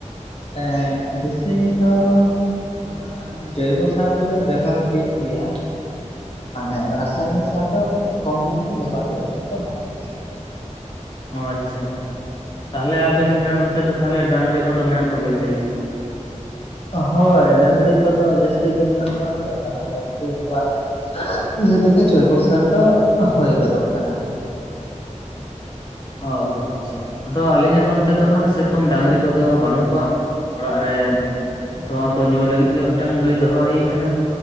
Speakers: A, on the left; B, on the left.
A: ᱮᱸᱜ ᱵᱤᱥᱤ ᱛᱚ ᱚᱸ ᱱᱚᱣᱟ ᱡᱳᱭᱵᱚ ᱥᱟᱨ ᱠᱚᱜᱮ ᱵᱮᱵᱚᱦᱟᱨ ᱦᱩᱭᱩᱜ ᱜᱮᱭᱟ᱾ ᱢᱟᱱᱮ ᱨᱟᱥᱟᱭᱱᱤᱠ ᱥᱟᱨ ᱫᱚ ᱠᱟᱹᱴᱤᱡ ᱠᱚᱢ ᱧᱚᱜ ᱜᱮ᱾ ᱜᱮ ᱵᱮᱵᱷᱟᱨ ᱦᱩᱭᱩᱜ-ᱟ᱾ ᱩᱱᱟᱹᱜ ᱫᱚ ᱵᱟᱝ ᱵᱮᱵᱚᱦᱟᱨ ᱦᱩᱭᱩᱜ-ᱟ᱾
B: ᱚ ᱟᱪᱪᱷᱟ ᱛᱟᱦᱚᱞᱮ ᱟᱵᱤᱱ ᱨᱮᱱ ᱚᱱᱛᱮ ᱫᱚ ᱛᱟᱦᱚᱞᱮ ᱰᱟᱝᱨᱤ ᱠᱚᱫᱚ ᱢᱮᱱᱟᱜ ᱠᱚ ᱜᱮᱭᱟ ᱵᱷᱟᱜ ᱜᱮ᱾
A: ᱚ ᱦᱚᱭ ᱰᱟᱹᱝᱨᱤ ᱠᱚᱫᱚ ᱡᱟᱹᱥᱛᱤ ᱜᱮ ᱢᱮᱱᱟᱜ ᱠᱚᱣᱟ ᱛᱚ ᱛᱟᱦᱚᱞᱮ ᱩᱱᱠᱩ ᱠᱚᱣᱟᱜ-ᱼ ᱤᱧᱦᱚᱛᱮᱫ ᱛᱮ ᱡᱳᱚᱭᱵᱚ ᱥᱟᱨ ᱫᱚ ᱦᱚᱭ ᱜᱚᱫᱚᱜ ᱠᱟᱱᱟ᱾
B: ᱚ ᱟᱪᱪᱷᱟ᱾ ᱟᱫᱚ ᱟᱹᱞᱤᱧᱟᱜ ᱱᱚᱱᱛᱮ ᱫᱚ ᱦᱟᱸᱜ ᱥᱮᱨᱚᱠᱚᱢ ᱰᱟᱝᱨᱤ ᱠᱚᱫᱚ ᱵᱟᱹᱱᱩᱜ ᱠᱚᱣᱟ᱾ ᱚᱲᱟᱜ ᱨᱮ ᱛᱚᱣᱟ ᱠᱚ ᱧᱩ ᱞᱟᱹᱜᱤᱫ ᱜᱮ ᱢᱤᱫᱴᱟᱝ ᱜᱟᱹᱭ ᱫᱚᱦᱚ ᱦᱩᱭ ᱠᱟᱱᱟ᱾